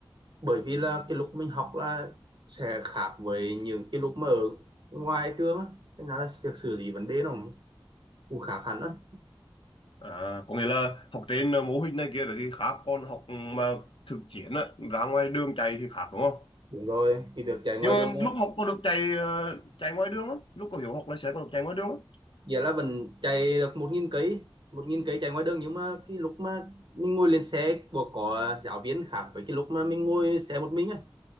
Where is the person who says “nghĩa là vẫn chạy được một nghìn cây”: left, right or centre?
Right